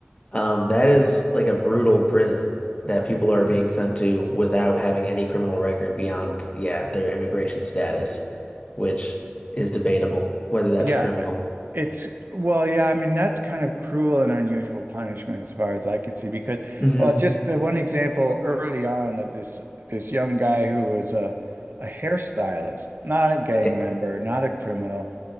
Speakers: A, on the left; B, on the right.
A: Um that is like a brutal prison that people are being sent to without having any criminal record beyond, yeah, their immigration status, which is debatable whether that's
B: Yeah.
A: criminal.
B: It's, well, yeah. I mean, that's kind of cruel and unusual punishment as far as I can see, because,
A: hmm
B: well, just the one example early on of this, this young guy who was a, a hairstylist, not a gang
A: Yeah.
B: member, not a criminal,